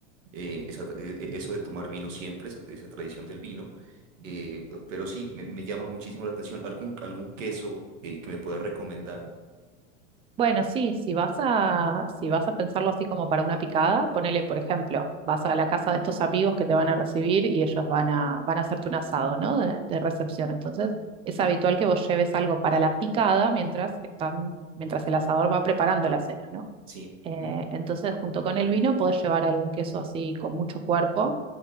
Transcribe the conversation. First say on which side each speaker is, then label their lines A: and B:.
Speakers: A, on the right; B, on the right.
A: eh, esa tra- e- e- eso de tomar vino siempre, esa, esa tradición del vino. eh, pero sí, me, me llama muchísimo la atención. ¿Algún, algún queso eh, que me pueda recomendar?
B: Bueno, sí, si vas a, si vas a pensarlo así como para una picada, ponele, por ejemplo, vas a la casa de estos amigos que te van a recibir y ellos van a, van a hacerte un asado, ¿no? De, de recepción. Entonces, es habitual que vos lleves algo para la picada mientras están, mientras el asador va preparando la cena, ¿no?
A: Sí.
B: Eh,
A: ¿Mm?
B: entonces, junto con el vino, podés llevar algún queso así con mucho cuerpo,